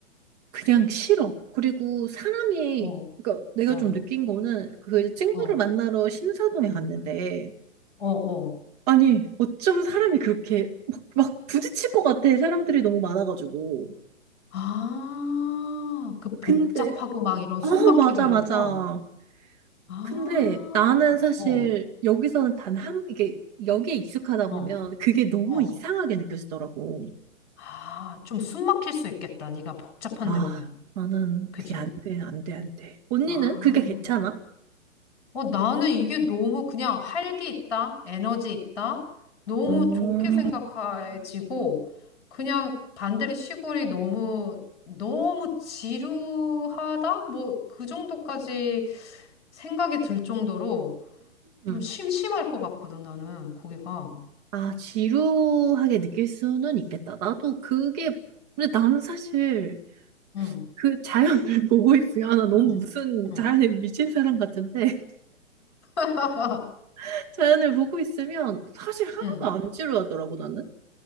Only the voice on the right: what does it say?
그냥 싫어. 그리고 사람이,
그러니까 내가
좀 느낀 거는 그 이제 친구를
만나러 신사동에 갔는데
아니, 어쩜 사람이 그렇게 막, 막 부딪힐 것 같아. 사람들이 너무 많아가지고.
근데,
어,
맞아,
맞아.
근데 나는 사실
여기서는 단 한, 이게, 여기에 익숙하다
보면 그게 너무
이상하게 느껴지더라고.
아,
나는
그게 안 돼, 안 돼, 안 돼. 언니는
그게 괜찮아?
어,
음.
아, 지루하게 느낄 수는 있겠다. 나도 그게, 근데 나는 사실
그 자연을 <laughs> 보고 있으면, 아, 나 너무
무슨
자연에 미친 사람 같은데,
<laughs> 자연을 보고 있으면 사실 하나도
안 지루하더라고, 나는.